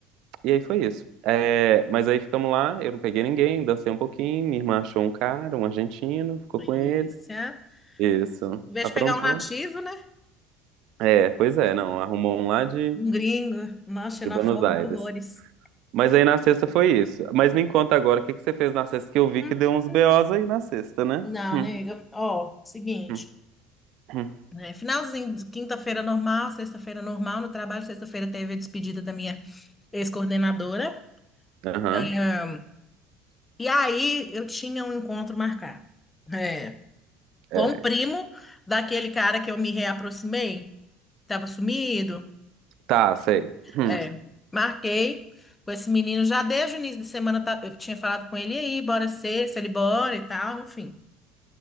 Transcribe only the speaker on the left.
delícia.
Em vez
de pegar um nativo, né?
Um gringo. Nossa, xenofóbico,
horrores.
Hum,
Não,
nega. Ó, seguinte.
É, finalzinho de quinta-feira normal, sexta-feira normal no trabalho, sexta-feira teve a despedida da minha ex-coordenadora.
Ahn, E aí eu tinha um encontro marcado, é, com
o primo daquele cara que eu me reaproximei, estava sumido.
É, marquei com esse menino já desde o início da semana, tá- eu tinha falado com ele e aí, bora ser se ele bora e tal, enfim.